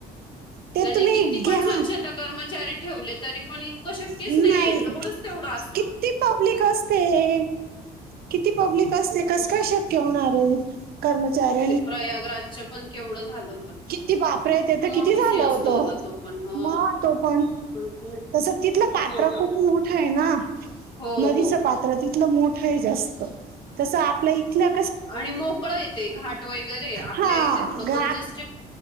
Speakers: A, on the right; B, on the left.
A: ते
B: त्यांने
A: तुम्ही
B: किती पण
A: घ्या
B: स्वच्छ आता कर्मचारी ठेवले, तरी पण इतकं शक्यच
A: नाही
B: नाहीये, लोडच तेवढा असतो.
A: किती पब्लिक असते, किती पब्लिक असते, कस काय शक्य होणारे. कर्मचारी.
B: ते प्रयागराज्य पण केवढं झालं होतं.
A: किती बापरे ते त
B: मोठी
A: किती
B: सिंहस्त
A: झालं होत,
B: होता तो पण हो
A: म तो पण.
B: खूप खूप
A: तसं तिथलं पात्र
B: मोठं होतं
A: खूप
B: ते.
A: मोठंय ना.
B: हो
A: नदीचं
B: हो हो
A: पात्र तीथलं मोठं जास्त, तस आपल्या इथल्या
B: आणि मोकळयते, घाट वगैरेय, आपल्या
A: हा
B: इथे थोडं
A: ग-
B: कंजेस्ट